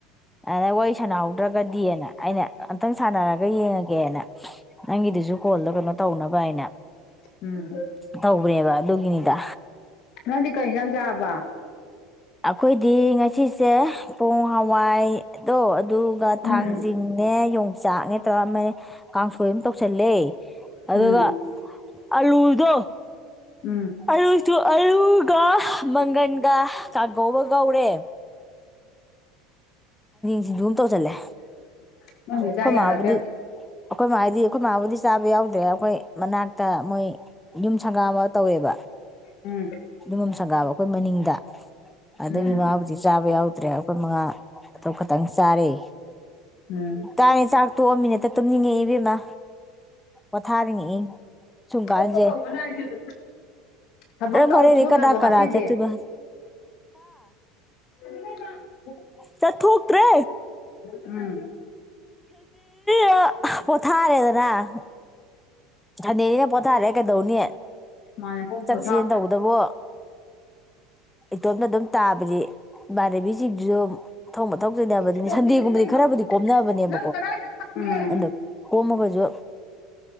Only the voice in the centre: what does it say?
ꯑꯗ ꯋꯥꯔꯤ ꯁꯥꯟꯅꯍꯧꯗ꯭ꯔꯒꯗꯤꯅ ꯑꯩꯅ ꯑꯝꯇꯪ ꯁꯥꯟꯅꯔꯒ ꯌꯦꯡꯉꯒꯦꯅ ꯅꯪꯒꯤꯗꯨꯁꯨ ꯀꯣꯜꯗꯣ ꯀꯩꯅꯣ ꯇꯧꯅꯕ ꯍꯥꯏꯅ
ꯇꯧꯕꯅꯦꯕ ꯑꯗꯨꯒꯤꯅꯤꯗ
ꯑꯩꯈꯣꯏꯗꯤ ꯉꯁꯤꯁꯦ ꯄꯣꯡ ꯍꯋꯥꯏꯗꯣ ꯑꯗꯨꯒ
ꯊꯥꯡꯖꯤꯡꯅꯦ ꯌꯣꯡꯆꯥꯛꯅꯦ ꯆꯃ ꯀꯥꯡꯁꯣꯏ ꯑꯃ ꯇꯧꯁꯜꯂꯦ ꯑꯗꯨꯒ
ꯑꯂꯨꯗꯣ
ꯑꯔꯨꯁꯨ ꯑꯔꯨꯒ ꯃꯪꯒꯟꯒ ꯆꯥꯛꯀꯧꯕ ꯀꯧꯔꯦ ꯁꯤꯡꯖꯨ ꯑꯃ ꯇꯧꯁꯜꯂꯦ
ꯑꯩꯈꯣꯏ
ꯃꯥꯕꯨꯗꯤ
ꯑꯩꯈꯣꯏ ꯃꯥꯗꯤ ꯑꯩꯈꯣꯏ ꯃꯥꯕꯨꯗꯤ ꯆꯥꯕ ꯌꯥꯎꯗ꯭ꯔꯦ ꯑꯩꯈꯣꯏ ꯃꯅꯥꯛꯇ ꯃꯣꯏ ꯌꯨꯝ ꯁꯪꯒꯥ ꯑꯃ ꯇꯧꯋꯦꯕ
ꯑꯗꯨꯃꯝ ꯁꯪꯒꯥꯕ ꯑꯩꯈꯣꯏ ꯃꯅꯤꯡꯗ ꯑꯗꯨꯒꯤ
ꯃꯥꯥꯕꯨꯗꯤ ꯆꯥꯕ ꯌꯥꯎꯗ꯭ꯔꯦ ꯑꯩꯈꯣꯏ ꯃꯉꯥ ꯑꯗꯨ ꯈꯇꯪ ꯆꯥꯔꯦ
ꯇꯥꯔꯦ ꯆꯥꯛ ꯇꯣꯛꯑ ꯃꯤꯅꯠꯇ ꯇꯨꯝꯅꯤꯡꯉꯛꯏ ꯏꯕꯦꯝꯃ ꯄꯣꯊꯥꯔꯤꯉꯤ ꯁꯨꯝ ꯀꯥꯟꯁꯦ
ꯅꯪ ꯍꯣꯔꯦꯟꯗꯤ
ꯀꯅꯥ
ꯀꯅꯥ ꯆꯠꯇꯣꯏꯕ
ꯆꯠꯣꯛꯇ꯭ꯔꯦ
ꯍ ꯄꯊꯥꯔꯦꯗꯅ ꯑ ꯊꯅꯤꯅ ꯄꯊꯔꯦ ꯀꯩꯗꯧꯅꯤ
ꯆꯠꯁꯦꯅ
ꯇꯧꯕꯗꯕꯨ ꯏꯇꯣꯝꯇ ꯑꯗꯨꯝ ꯇꯥꯕꯗꯤ ꯏꯃꯥꯟꯅꯕꯤꯁꯤꯡꯗꯨꯁꯨ ꯃꯊꯧ ꯃꯊꯧ ꯇꯅꯕꯅꯤ
ꯁꯟꯗꯦꯒꯨꯝꯕꯗꯤ
ꯈꯔꯕꯨꯗꯤ ꯀꯣꯝꯅꯕꯅꯦꯕ
ꯑ ꯀꯣꯃ ꯐꯖ